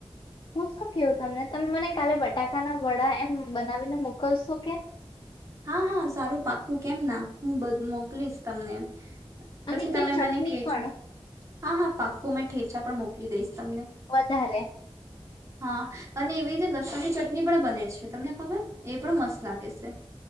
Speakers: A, on the left; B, on the right.
A: હું, શું કેવું તમને તમે મને કાલે બટાકાના વડા એમ બનાવીને મોકલશો કે
B: હા, હા, સારું પાકું કેમ ના હું બધું મોકલીશ તમને પછી
A: અને પેલી
B: તમે
A: ચટણી
B: મને કેજો
A: પણ
B: હા, હા, પાક્કુ મેં ઠે ચા પણ મોકલી દઈશ તમને
A: વધારે
B: હા, અને એવી રીતે લસણ ની ચટણી પણ બને છે, તમને ખબર એ પણ મસ્ત લાગે છે